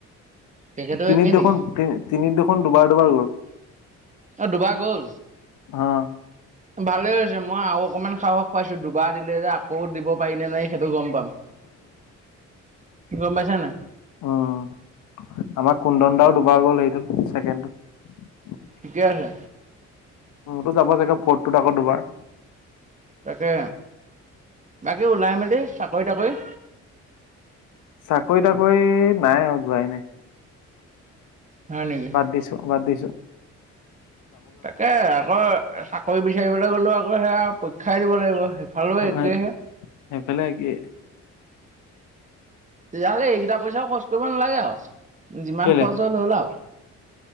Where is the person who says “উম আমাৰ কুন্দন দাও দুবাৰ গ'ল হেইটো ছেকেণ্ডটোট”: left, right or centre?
Left